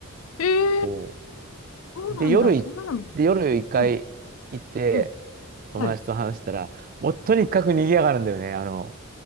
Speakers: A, on the left; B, on the right.
A: ええー
B: そ
A: そうなんだ。
B: う。で、夜い、
A: そんなのも。
B: で、夜一回行って、
A: うん、うん。
B: 友達と話したら、
A: はい。
B: もうとにかく賑やがるんだよね、あの、